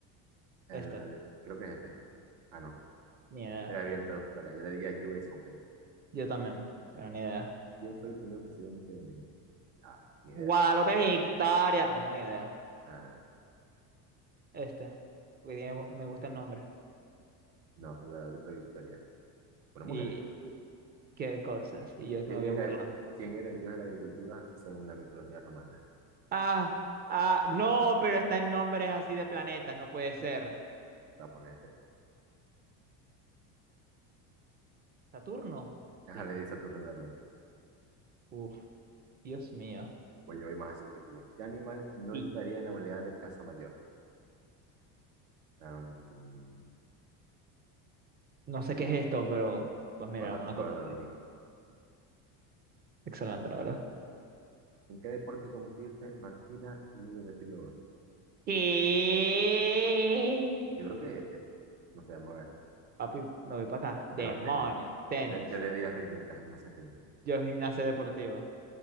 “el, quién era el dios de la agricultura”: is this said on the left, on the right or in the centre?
Right